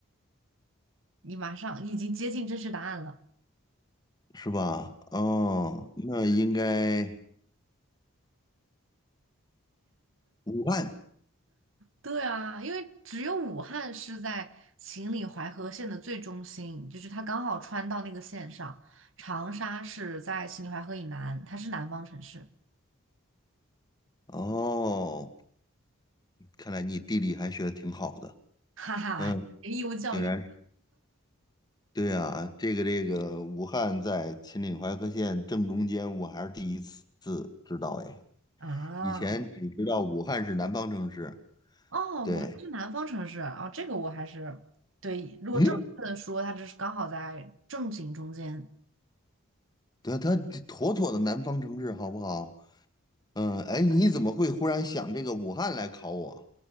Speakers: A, on the right; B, on the left.
A: 你马上你已经接近真实答案了。
B: 是吧？哦，那应该武汉
A: 对啊，因为只有武汉是在秦岭淮河线的最中心，就是它刚好穿到那个线上。长沙是在秦岭淮河以南，它是南方城市。
B: 哦，看来你地理还学的挺好的。
A: 哈哈，
B: 嗯，
A: <laughs> 义务教育
B: 竟然是对啊，这个这个武汉在秦岭淮河线正中间，我还是第一次知道哎，
A: 啊，
B: 以前只知道武汉是南方城市。
A: 哦，
B: 对，
A: 武汉是南方城市啊哦，这个我还是对。如果正确的说，
B: 嗯，
A: 它就是刚好在正经中间。
B: 对，它妥妥的南方城市，好不好？嗯，哎，你怎么会忽然想这个武汉来考我？